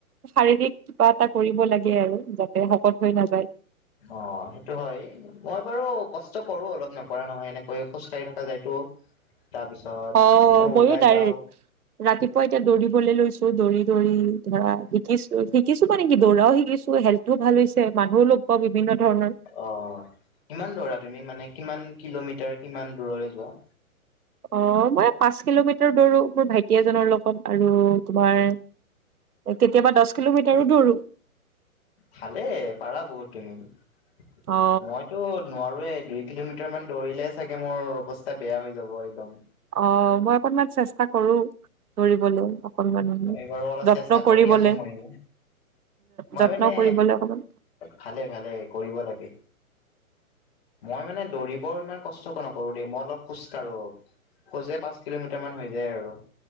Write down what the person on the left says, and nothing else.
অ', সেইটো হয় মই বাৰু কষ্ট কৰো অলপ নকৰা নহয় এনেকৈ খোজ কাঢ়ি থকা যায়তো তাৰপিছত
মই
ওলাই
যাওঁ।
অ', কিমান দৌৰা তুমি মানে কিমান কিলোমিটাৰ কিমান দূৰলৈ যোৱা?
ভালে পাৰা বহুত তুমি মইতো
নোৱাৰোয়ে দুই কিলোমিটাৰ মিটাৰ মান দৌৰিলে চাগে মোৰ অৱস্থা বেয়া হৈ যাব একদম।
এই বাৰু অলপ
চেষ্টা কৰি
আছো ময়ো মই
মানে
ভালে, ভালে কৰিব লাগে। মই মানে দৌৰিব ইমান কষ্টক নকৰো দেই মই অলপ খোজ কাঢ়ো। খোজ পাঁচ কিলোমিটাৰ মান হৈ যায় আৰু।